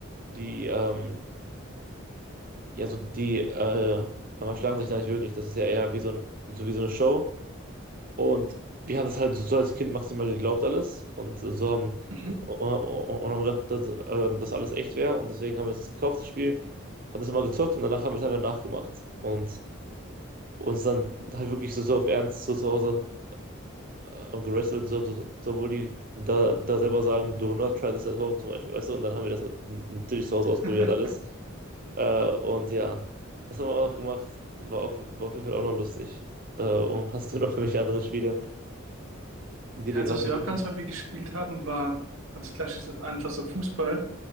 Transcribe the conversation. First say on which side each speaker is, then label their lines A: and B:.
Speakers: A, on the right (about 40°); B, on the right (about 80°).
A: die, ähm, ja, so die, äh, aber schlagen sich da nicht wirklich. Das ist ja eher wie so ein, so wie so eine Show. Und wir haben das halt so als Kind maximal geglaubt alles und so haben
B: Mhm.
A: und und haben gedacht, dass ähm, das alles echt wäre und deswegen haben wir das gekauft, das Spiel, haben das immer gezockt und danach haben wir es einfach nachgemacht und uns dann halt wirklich so, so auf Ernst so zu Hause äh, gerestelt, so, so, so, obwohl die da, da selber sagen, do not try this at home zum Beispiel, weißt du, und dann haben wir das natürlich zu Hause ausprobiert
B: <laughs>
A: alles äh, und ja, das haben wir auch noch gemacht, war, auch, war auf jeden Fall auch noch lustig. Äh, und hast du noch irgendwelche anderen Spiele, die
B: Ja,
A: dir
B: Also,
A: gerade
B: was wir
A: noch
B: auch ganz häufig gespielt haben, war ganz klassisch einfach so Fußball.